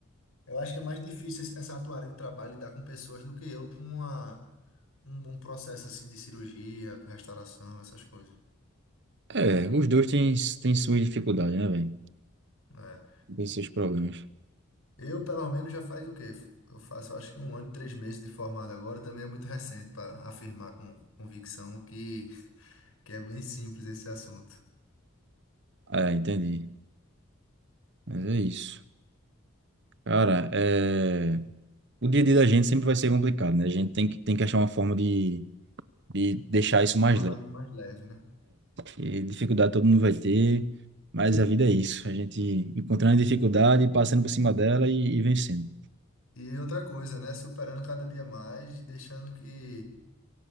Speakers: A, on the left (about 75°); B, on the right (about 55°).
A: Eu acho que é mais difícil esse- essa tua área de trabalho lidar com pessoas do que eu com uma, um, um processo assim de cirurgia, com restauração, essas coisas.
B: É, os dois têm, têm suas dificuldades, né, velho?
A: É.
B: Tem seus problemas.
A: Eu, pelo menos, já faz o quê? Eu faço, eu acho que um ano e três meses de formado agora, também é muito recente para afirmar com convicção que que é bem simples esse assunto.
B: É, entendi. Mas é isso. Cara, é... o dia a dia da gente sempre vai ser complicado, né? A gente tem que, tem que achar uma forma de, de deixar isso mais
A: Tornar
B: leve.
A: ele mais leve, né?
B: E dificuldade todo mundo vai ter, mas a vida é isso. A gente encontrando a dificuldade, passando por cima dela e, e vencendo.
A: E outra coisa, né? Superando cada dia mais e deixando que,